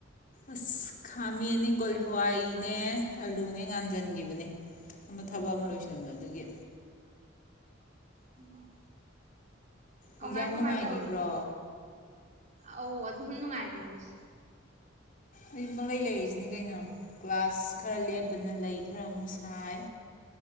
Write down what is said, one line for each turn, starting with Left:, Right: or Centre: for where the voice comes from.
Left: ꯑꯁ ꯈꯥꯃꯦꯟꯅꯦ ꯀꯣꯜꯂꯤ ꯍꯋꯥꯏꯅꯦ ꯑꯂꯨꯅꯦ ꯉꯥꯟꯖꯤꯟꯒꯤꯕꯅꯦ ꯑꯃ ꯊꯕꯛ
Right: ꯎꯝ
Left: ꯑꯃ ꯂꯣꯏꯁꯤꯟꯕ ꯑꯗꯨꯒꯤ
Right: ꯎꯝ ꯀꯃꯥꯏ
Left: ꯑꯦꯛꯖꯥꯝ
Right: ꯀꯃꯥꯏ
Left: ꯅꯨꯡꯉꯥꯏꯈꯤꯕ꯭ꯔꯣ
Right: ꯇꯧꯔꯤꯒꯦ ꯑꯧ ꯑꯗꯨꯝ ꯅꯨꯡꯉꯥꯏꯒꯤ ꯃꯤꯁ
Left: ꯑꯩ ꯄꯪꯂꯩ ꯂꯩꯔꯤꯁꯤꯅꯤ ꯀꯩꯅꯣ ꯀ꯭ꯂꯁ ꯈꯔ ꯂꯦꯞꯄꯅꯤꯅ ꯂꯩ ꯈꯔ ꯑꯃꯨꯛ ꯁꯥꯏ